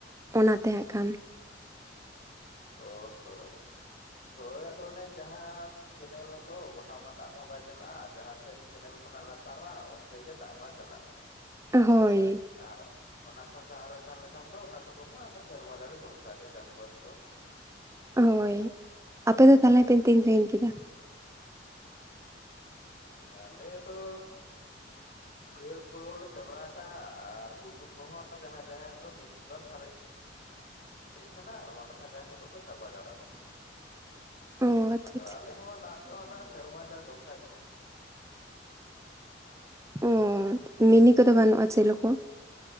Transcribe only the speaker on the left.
ᱚᱻ ᱦᱚᱸ ᱾ ᱦᱳᱭ ᱟᱫᱚ ᱚᱱᱮ ᱡᱟᱦᱟᱸ ᱠᱮᱱᱮᱞ ᱦᱚᱸᱛᱚ ᱜᱚᱴᱟ ᱢᱟ ᱫᱟᱜ ᱢᱟ ᱵᱟᱭ ᱪᱟᱞᱟᱜᱼᱟ ᱡᱟᱦᱟᱸ ᱥᱮᱫ ᱠᱮᱱᱮᱞ ᱠᱷᱚᱱᱟᱜ ᱞᱟᱛᱟᱨᱟ ᱚᱱᱛᱮ ᱜᱮ ᱫᱟᱜ ᱢᱟ ᱪᱟᱞᱟᱜᱼᱟ ᱾
ᱟᱨ ᱚᱱᱟ ᱠᱷᱚᱱ ᱥᱟᱦᱟ ᱨᱮ ᱛᱟᱦᱮᱸ ᱞᱮᱠᱷᱟᱱ ᱫᱚ ᱚᱱᱟ ᱠᱚᱫᱚ ᱦᱟᱸᱜ ᱥᱮᱨᱢᱟ ᱫᱟᱹᱲᱤ ᱵᱷᱚᱨᱥᱟᱜ ᱜᱮ ᱪᱟᱥᱵᱟᱥ ᱫᱚ ᱾
ᱦᱮᱸ ᱟᱞᱮ ᱫᱚᱻ ᱵᱟᱹᱭᱦᱟᱹᱲ ᱠᱚᱦᱚᱸ ᱞᱮ ᱪᱟᱵᱟ ᱠᱟᱜᱼᱟ ᱟᱨ ᱜᱷᱩᱴᱩ ᱠᱚᱦᱚᱸ ᱡᱟᱦᱟᱸᱭ ᱡᱟᱦᱟᱸᱭᱟᱜ ᱫᱚ ᱢᱤᱫ ᱵᱟᱨ ᱥᱟᱨᱮᱡ ᱦᱮᱡ ᱠᱟᱱᱟ ᱟᱨ ᱵᱟᱝ ᱡᱟᱦᱟᱸᱭ ᱠᱚᱫᱚ ᱠᱚ ᱪᱟᱵᱟ ᱡᱟᱣᱨᱟ ᱜᱚᱫ <inaudible>
ᱟᱫᱚ
ᱟᱞᱮ ᱦᱚᱸ ᱫᱟᱜ ᱫᱚ ᱚᱱᱟ ᱥᱮᱨᱢᱟ <unintelligible> ᱵᱷᱚᱨᱥᱟ ᱜᱮ ᱾